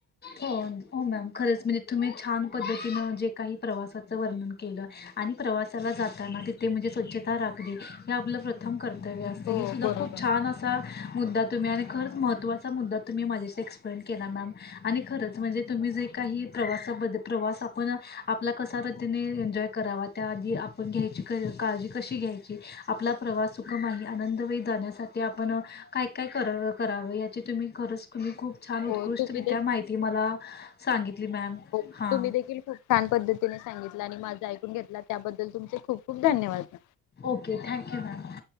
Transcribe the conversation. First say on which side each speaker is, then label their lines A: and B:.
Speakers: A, on the left (about 35°); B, on the left (about 80°).
A: हो हो मॅम खरंच म्हणजे तुम्ही छान पद्धतीनं जे काही प्रवासाचं वर्णन केलं, आणि प्रवासाला जाताना तिथे म्हणजे स्वच्छता राखली हे आपलं प्रथम कर्तव्य असते
B: हो
A: ही सुद्धा
B: बरोबर
A: खूपछान अस असा मुद्दा तुम्ही आणि खरंच महत्त्वाचा मुद्दा तुम्ही माझ्याशी एक्सप्लेन केला मॅम आणि खरंच म्हणजे तुम्ही जे काही प्रवासाबद्दल प्रवास आपण आपला कसा रतीने एन्जॉय करावा. त्याआधी आपण घ्यायची क काळजी कशी घ्यायची, आपला प्रवास सुखम आहे आनंदवे जाण्यासाठी आपण काय काय क करावें याची तुम्ही खरंच तुम्ही खूप छान
B: हो
A: उत्कृष्टरित्या
B: तुम्ही
A: माहिती मला सांगितली मॅम.
B: हो
A: हां
B: तुम्ही देखील फ छान पद्धतीने सांगितलं आणि माझा ऐकून घेतला त्याबद्दल तुमचे खूप खूप धन्यवाद.
A: Okay thank you ma'am.